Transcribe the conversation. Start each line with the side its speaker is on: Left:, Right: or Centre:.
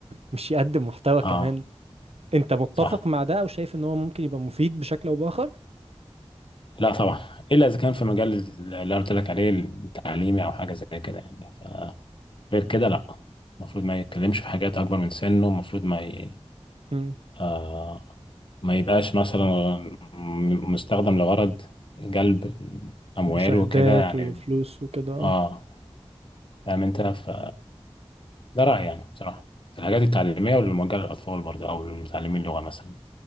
Right: مش يقدم محتوى
Left: آه
Right: كمان انت متفق
Left: صح
Right: مع ده او شايف ان هو ممكن يبقى مفيد بشكل او باخر
Left: لا طبعا إلا إذا كان في مجال اللي أنا قلت لك عليه التعليمي أو حاجة زي كده يعني غير كده لا المفروض ما يتكلمش في حاجات اكبر من سنه المفروض ما ي...
Right: مم.
Left: آه... ما يبقاش مثلا م- مستخدم لغرض جلب اموال
Right: مشاهدات
Left: وكده يعني
Right: وفلوس وكده اه
Left: اه فاهم انت ف ده رايي يعني بصراحه في الحاجات التعليميه واللي موجهه للاطفال برضه او للمتعلمين اللغه مثلا